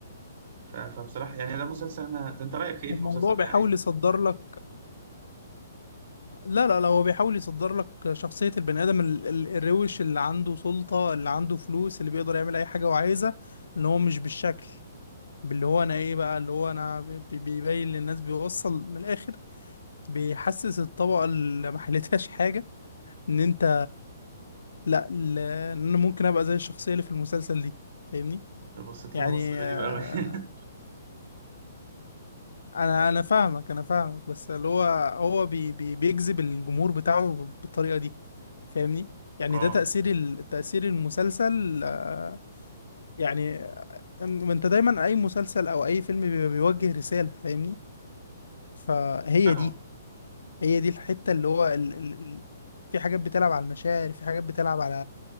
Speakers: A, on the right; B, on the left.
A: ف- فبصراحة يعني ده مسلسل أنا ده أنت رأيك في إيه
B: الموضوع
A: في المسلسل ده
B: بيحاول
A: يعني؟
B: يصدر لك لا لا لا هو بيحاول يصدر لك شخصية البني آدم ال- ال- الروش اللي عنده سلطة اللي عنده فلوس اللي بيقدر يعمل أي حاجة وعايزة اللي هو مش بالشكل باللي هو أنا إيه بقى اللي هو أنا بي- بي- بيبين للناس بيوصل من الآخر بيحسس الطبقة اللي ما حلتهاش حاجة ان انت لا ل- ان انا ممكن ابقى زي الشخصية اللي في المسلسل دي فاهمني
A: بصيت
B: يعني
A: لها بصة غريبة
B: آه،
A: أوي <laughs>
B: انا انا فاهمك انا فاهمك بس اللي هو هو بي بي بيجذب الجمهور بتاعه بالطريقة دي فاهمني يعني
A: أه
B: ده تأثير ال- تأثير المسلسل آه، يعني ما انت دايما اي مسلسل او اي فيلم بيبقى بيوجه رسالة فاهمني فهي
A: فاهمك
B: دي هي دي الحتة اللي هو ال... ال... ال- في حاجات بتلعب على المشاعر في حاجات بتلعب على